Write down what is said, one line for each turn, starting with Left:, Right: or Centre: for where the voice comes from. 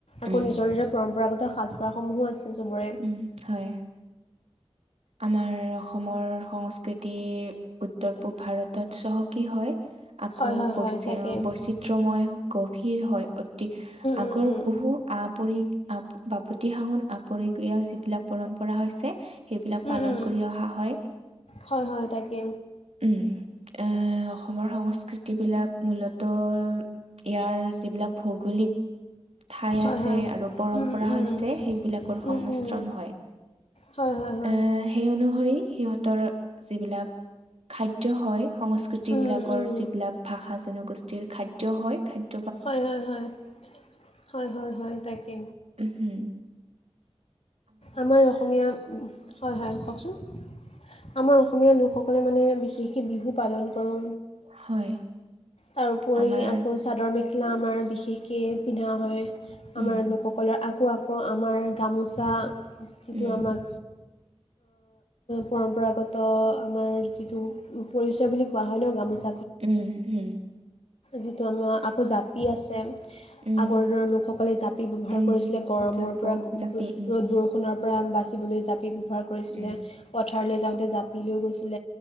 Left: আকৌ
Right: উম
Left: নিজৰ নিজৰ পৰম্পৰাগত। এ সাজপাৰসমূহো আছে চবৰে
Right: উম হয় আমাৰ অসমৰ সংস্কৃতি উত্তৰ পূব ভাৰতত চহকী হয়। আকৌ
Left: হয় হয়
Right: বৈচ
Left: হয় তাকে উম
Right: বৈচিত্ৰময় গভীৰ হয়, অতি আগৰ
Left: উম উম
Right: বহু। আপৰি আ বাপতি সাহোন আপৰিগ যিবিলাক পৰম্পৰা হৈছে। সেইবিলাক পালন
Left: উম উম
Right: কৰি অহা হয়।
Left: হয় হয় তাকে
Right: উম এ অসমৰ সংস্কৃতি বিলাক মূলত। ইয়াৰ যিবিলাক ভৌগোলিক। ঠাই
Left: হয়
Right: আছে
Left: হয়
Right: আৰু পৰম্পৰা
Left: উম উম
Right: হৈছে সেইবিলাকৰ সংমিশ্ৰণ
Left: উম উম উম
Right: হয়
Left: হয় হয় হয়
Right: এ সেই অনুসৰি সিহঁতৰ যিবিলাক। খাদ্য হয় সংস্কৃতি
Left: উম
Right: বিলাকৰ
Left: উম উম
Right: যিবিলাক ভাষা জনগোষ্ঠীৰ খাদ্য হয় খাদ
Left: হয় হয় হয় হয় হয় হয় তাকে
Right: উহুম।
Left: আমাৰ অসমীয়া হয় হয় কওকচোন আমাৰ অসমীয়া লোকসকলে মানে বিশেষকৈ বিহু পালন কৰোঁ
Right: হয়।
Left: তাৰোপৰি
Right: আমাৰ
Left: আকৌ চাদৰ মেখেলা আমাৰ বিশেষকৈ পিন্ধা হয়।
Right: উম
Left: আমাৰ লোকসকলৰ আকৌ আকৌ আমাৰ গামোচা যিটো
Right: উম
Left: আমাক পৰম্পৰাগত আমাৰ যিটো পৰিচয় বুলি কোৱা হয় ন গামোচা
Right: উম, উম।
Left: যিটো আমাৰ আকৌ জাপি আছে।
Right: উম
Left: আগৰ দিনৰ লোকসকলে জাপি ব্যৱহাৰ
Right: উম
Left: কৰিছিলে গৰমৰ
Right: জাপ
Left: পৰা
Right: জাপি উম
Left: ৰ'দ বৰষুণৰ প্ৰাণ বাচিবলৈ জাপি <unintelligible> পথাৰত
Right: উম
Left: যাওতে জাপি লৈ গৈছিল।